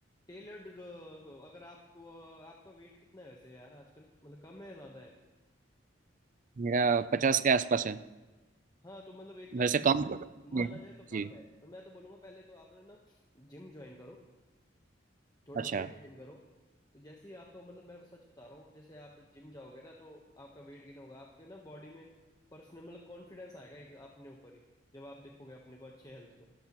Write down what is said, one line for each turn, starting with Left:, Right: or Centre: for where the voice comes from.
Left: टेलर्ड अगर आप अ, आपका वेट कितना है वैसे यार आजकल मतलब कम है ज़्यादा है
Right: मेरा पचास के आसपास है
Left: हाँ तो मतलब एक तरह
Right: वैसे
Left: से
Right: कम हम्म,
Left: माना जाए तो
Right: जी
Left: कम है तो मैं तो बोलूंगा पहले तो आपने ना जिम ज्वाइन करो थोड़ा
Right: अच्छा
Left: वेट गेन करो तो जैसे ही आपका मतलब मैं सच बता रहा हूँ जैसे आप जिम जाओगे ना तो आपका वेट गेन होगा आपके ना बॉडी में पर्सनल मतलब कॉन्फिडेंस आएगा एक अपने ऊपर ही जब आप देखोगे अपने को अच्छे हेल्थ में